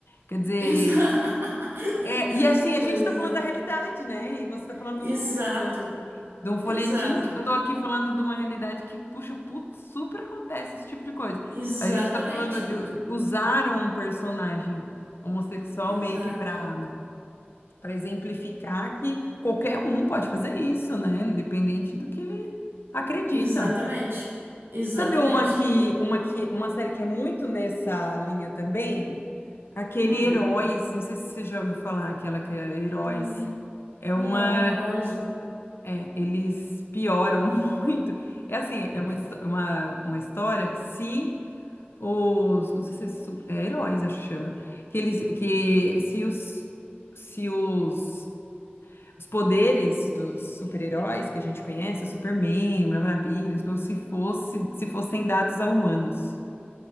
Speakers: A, on the left; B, on the right.
A: Quer dizer,
B: Exa... <laughs>
A: é, e assim, a
B: Pois
A: gente tá falando
B: é.
A: da realidade, né? E você tá falando
B: Exato,
A: do filme, do- de um folhetim,
B: exato.
A: e eu tô aqui falando de uma realidade que, puxa, putz, super acontece esse tipo de coisa.
B: Exatamente.
A: A gente tá falando de usar um personagem homossexual
B: Exato.
A: meio que para para exemplificar que qualquer um pode fazer isso, né? Independente do que ele acredita.
B: Exatamente. Exatamente.
A: Sabe uma que, uma que, uma série que é muito nessa linha também? Aquele
B: Hum.
A: Heróis, não sei se você já ouviu falar, aquela que é Heróis.
B: Hum.
A: É uma
B: Não, heróis
A: que
B: não.
A: é, eles pioram <laughs> muito. É assim, é uma, histó- uma, uma história se os, não sei se é, su- é heróis, acho que chama, que eles que se os se os os poderes dos super-heróis que a gente conhece, o Superman, Mulher Maravilha, tipo, se fosse, se fossem dados a humanos.